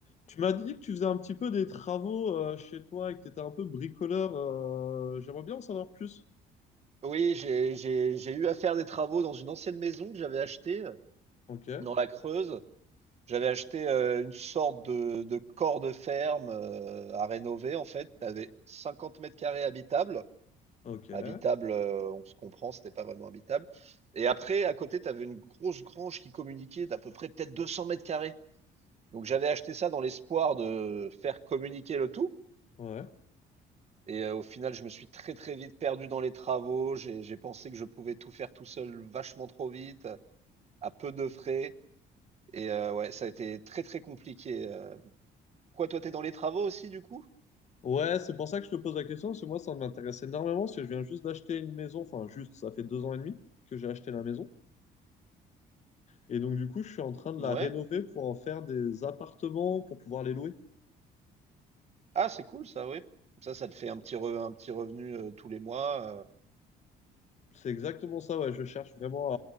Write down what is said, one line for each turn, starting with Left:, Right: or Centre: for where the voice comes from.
Left: Tu m'as dit que tu faisais un petit peu des travaux euh, chez toi et que tu étais un peu bricoleur. euh, j'aimerais bien en savoir plus.
Right: Oui, j'ai j'ai- j'ai eu à faire des travaux dans une ancienne maison que j'avais achetée euh,
Left: Ok,
Right: dans la Creuse. J'avais acheté euh, une sorte de, de corps de ferme euh, à rénover en fait. T'avais 50 mètres carrés habitables.
Left: ok,
Right: Habitable, euh, on se comprend, c'était pas vraiment habitable. Et après, à côté, t'avais une grosse grange qui communiquait d'à peu près peut-être 200 mètres carrés. Donc j'avais acheté ça dans l'espoir de faire communiquer le tout.
Left: ouais.
Right: Et euh, au final, je me suis très très vite perdu dans les travaux. J'ai j'ai pensé que je pouvais tout faire tout seul vachement trop vite, à peu de frais. Et euh, ouais, ça a été très très compliqué. euh. Pourquoi toi, t'es dans les travaux aussi du coup?
Left: Ouais, c'est pour ça que je te pose la question, parce que moi, ça m'intéresse énormément, parce que je viens juste d'acheter une maison, enfin juste, ça fait deux ans et demi que j'ai acheté la maison. Et donc, du coup, je suis en train de
Right: Ouais.
Left: la rénover pour en faire des appartements, pour pouvoir les louer.
Right: Ah, c'est cool ça, oui. Comme ça, ça te fait un petit re- un petit revenu euh, tous les mois. euh.
Left: C'est exactement ça, ouais, je cherche vraiment